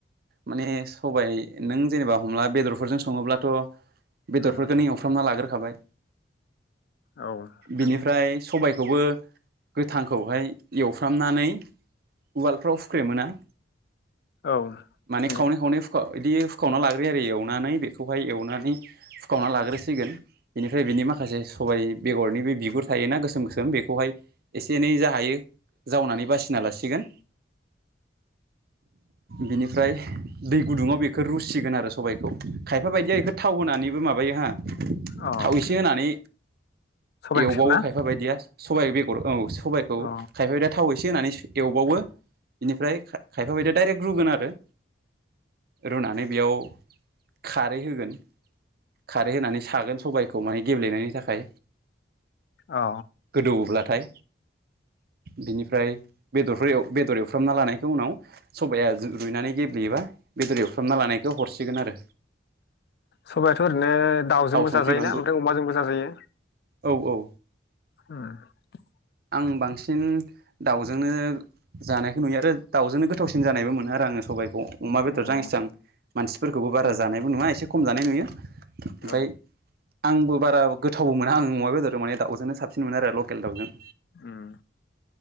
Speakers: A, on the right (about 55°); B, on the left (about 55°).
A: माने सबाय नों जेनेबा हमना ला बेदरफोरजों सङोब्लाथ' बेदरफोरखो
B: उम
A: नों एवफ्रामना लाग्रो खाबाय
B: औ नंगौ
A: बिनिफ्राय सबाय खौबो गोथांखौहाय एवफ्रामनानै उवालफ्राव हुख्रेमो ना।
B: औ
A: माने
B: नंगौ
A: खावनै खावनै हुखा बिदि फुखावना लाग्रो यो आरो एवनानै बेखौहाय एवनानै फुखावना लाग्रोसिगोन बेनिफ्राय बेनि माखासे सबाय बेगरनि बे बिगुर थायोना गोसोम गोसोम बेखौहाय एसे एनै जा हायो जावनानै बासिना लासिगोन बिनिफ्राय दै गुदुङाव बेखौ रुसिगोन आरो सबायाइखौ खायफा बायदिया बेखौ थाव होनानैबो माबायो हा
B: अ
A: थाव एसे होनानै
B: सबाइ
A: एवबावो
B: ओंख्रिखौ ना
A: खायफा बायदिया। सबाइ बेगर औ सबायखौ
B: अ
A: खायफोरा थाव एसे होनानै एवबावो बेनिफ्राय खायफा बायदिया डायरेक रुगोन आरो रुनानै बेयाव खारै होगोन खारै होनानै सागोन सबायखौ माने गेब्लेनायनि थाखाय।
B: अ
A: गोदौवोब्लाथाय। बिनिफ्राय बेदरफोर एव बेदर एवफ्रामना लानायखौ उनाव सबाया रुइनानै गेब्लेयोबा बेदर एवफ्रामना लानायखौ हर <unintelligible> आरो
B: सबायाथ' ओरैनो दाउजोंबो
A: थाव संख्रि
B: जाजायोना
A: बानलु
B: ओमफ्राय अमाजोंबो जाजायो।
A: औ औ
B: <unintelligible>
A: आं बांसिन दाउजोंनो जानायखौ नुयो आरो दाउजोंनो गोथावसिन जानायबो मोनो आरो आङो सबाय खौ अमा बेदरजों
B: अ
A: आं एसां मानसिफोरखौबो बारा
B: उम
A: जानायबो नुवा एसे खम जानाय नुयो। ओमफ्राय
B: औ
A: आंबो बारा गोथावबो मोना आं अमा बेदर माने दाउजोंनो साबसिन मोनो आरो लकेल दाउजों।
B: उम